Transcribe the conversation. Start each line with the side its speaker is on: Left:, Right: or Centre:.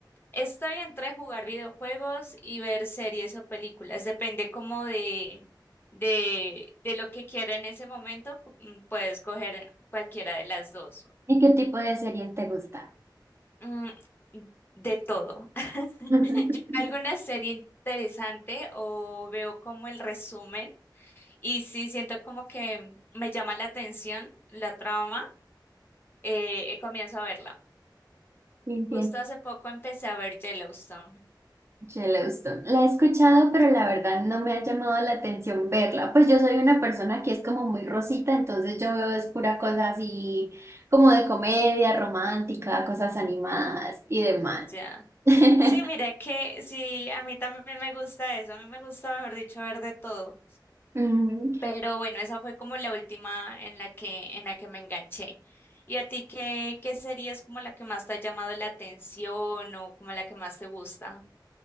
Left: Estoy entre jugar videojuegos y ver series o películas. Depende como de, de, de lo que quiera en ese momento. mm, Puedo escoger cualquiera de las dos.
Right: ¿Y qué tipo de serie te gusta?
Left: Mm, de todo. <laughs>
Right: <laughs>
Left: Yo veo alguna serie interesante o veo como el resumen Y sí, siento como que me llama la atención la trama eh, y comienzo a verla.
Right: Entiendo.
Left: Justo hace poco empecé a ver Yellowstone.
Right: Yellowstone. La he escuchado, pero la verdad no me ha llamado la atención verla. Pues yo soy una persona que es como muy rosita, entonces yo veo es pura cosa así como de comedia romántica, cosas animadas y demás.
Left: Ya.
Right: <laughs>
Left: Sí, mira que sí, a mí también me gusta eso. A mí me gusta, mejor dicho, ver de todo.
Right: Ujú.
Left: Pero bueno, esa fue como la última en la que en la que me enganché. ¿Y a ti qué qué serie es como la que más te ha llamado la atención o como la que más te gusta?